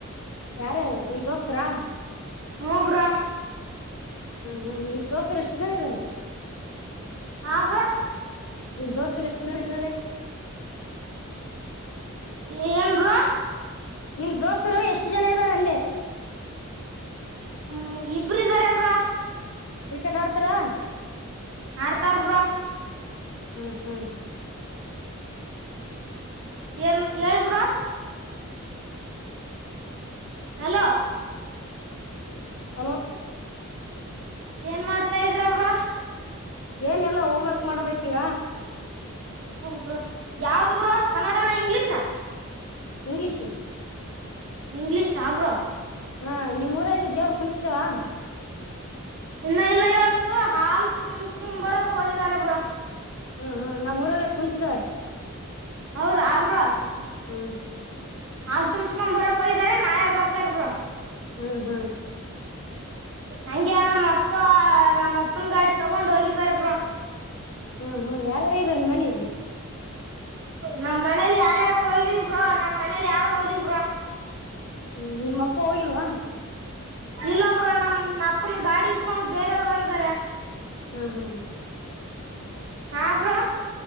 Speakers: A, on the left (about 65°); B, on the right (about 60°).
A: ಯಾರ್ಯಾರು ನಿಮ್ ದೋಸ್ತರಾ
B: ಹೂಬ್ರಾ
A: ಹಾ ಹಾ ನೀವ್ ದೋಸರೆ ಎಷ್ಟು ಜನ ಇದ್ದಾರೆ
B: ಹಾ ಬ್ರಾ
A: ನಿ ದೋಸ್ತರು ಎಷ್ಟು ಜನ ಇದ್ದಾರೆ
B: ಏ ಏನ್ ಬ್ರೋ
A: ನಿಮ್ ದೋಸ್ತ್ರು ಎಷ್ಟು ಜನ ಇದ್ದಾರ್ ಅಂದೆ.
B: ಹ್ಮ ಇಬ್ರ್ ಇದ್ದಾರೆ ಬ್ರೋ
A: ಕ್ರಿಕೆಟ್ ಆಡ್ತೀರಾ
B: ಆಡ್ತಾರ್ ಬ್ರೋ
A: ಹ್ಮ್ ಹ್ಮ್
B: ಏನ್ ಎಳ್ ಬ್ರೋ ಹಲೋ
A: ಹಲೋ
B: ಏನ್ ಮಾಡ್ತಾ ಇದಿರ ಬ್ರೋ
A: ಏನೆಲ್ಲ ಹೋಮ್ವರ್ಕ್ ಮಾಡಬೇಕೀಗ
B: ಹ್ಮ್ ಬ್ರೋ ಯಾವ್ದ್ ಬ್ರೊ ಕನ್ನಡನ ಇಂಗ್ಲಿಷ.
A: ಇಂಗ್ಲಿಷ
B: ಇಂಗ್ಲಿಷ್ ಅ ಬ್ರೋ.
A: ಹಾ ನಿಮ್ ಊರಗೇ ದೇವ್ರ್ ಕುಂತಿದಾವ.
B: ಇನ್ನ ಇಲ್ಲ ಇವತ್ತು ಹಾಲ್ ತುಸ್ಕಂಬರಕ್ ಹೋಗಾರೆ ಬ್ರೊ.
A: ಹಾ ಹ ನಮ್ಮ್ ಊರಲ್ಲೆ ಕುಂತಿದಾವೆ.
B: ಹೌದ ಬ್ರೋ
A: ಹ್ಮ್
B: ಹಾಲ್ ತುಂಬ್ಸ್ಕೊಂಬರಕ್ ಹೋಗಿದಾರೆ ನಾಳೆ ಬರ್ತಾರ್ ಬ್ರೋ.
A: ಹ್ಮ್ ಹ್ಮ್
B: ಹಂಗೆ ನಮ್ ಅಪ್ಪ ನಮ್ಮಪ್ಪನ್ ಗಾಡಿ ತಗೊಂಡ್ ಹೋಗಿದಾರೆ ಬ್ರೋ.
A: ಹ್ಮ ಹ್ಮ ಯಾರಲ್ಲ ಇದ್ದಾರೆ ನಿಮ್ ಮನೆಯಲ್ಲಿ.
B: ನಮ್ಮ್ ಮನೇಲಿ ಯಾರ್ಯಾರ್ ಹೋಗಿಲ್ ಬ್ರೋ ನಮ್ಮ್ ಮನೇಲಿ ಯಾರು ಹೋಗಿಲ್ ಬ್ರೋ.
A: ಹ್ಮ್ ನಿಮ್ ಅಪ್ಪ ಹೋಗಿಲ್ವಾ,
B: ಇಲ್ಲ ಬ್ರೊ ನಮ್ ಅಪ್ಪನ್ ಗಾಡಿ ಇಸ್ಕೊಂಡ್ ಬೇರೆ ಅವ್ರ್ ಹೋಗಿದಾರೆ.
A: ಹಾ ಹಾ ಹ
B: ಹಾ ಬ್ರೋ